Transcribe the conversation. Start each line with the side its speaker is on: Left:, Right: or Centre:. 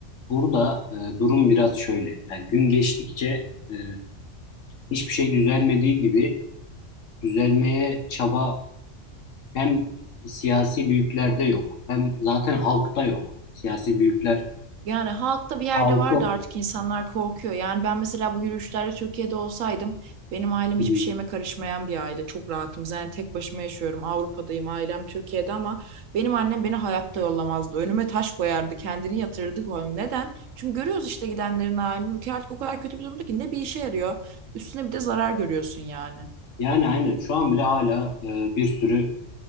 Left: burada e, durum biraz şöyle. Yani gün geçtikçe e, hiçbir şey düzelmediği gibi düzelmeye çaba hem siyasi büyüklerde yok hem zaten halkta yok. Siyasi büyükler
Right: Yani halkta bir yerde
Left: halkı
Right: vardı artık insanlar korkuyor. Yani ben mesela bu yürüyüşlerde Türkiye'de olsaydım benim ailem
Left: Hı
Right: hiçbir
Left: hı.
Right: şeyime karışmayan bir aile. Çok rahatım. Yani tek başıma yaşıyorum. Avrupa'dayım, ailem Türkiye'de ama benim annem beni hayatta yollamazdı. Önüme taş koyardı, kendini yatırırdı koyardı. Neden? Çünkü görüyoruz işte gidenlerin halini. Ülke artık o kadar kötü bir durumda ki ne bir işe yarıyor. Üstüne bir de zarar görüyorsun yani.
Left: yani aynen şu an bile hala e, bir sürü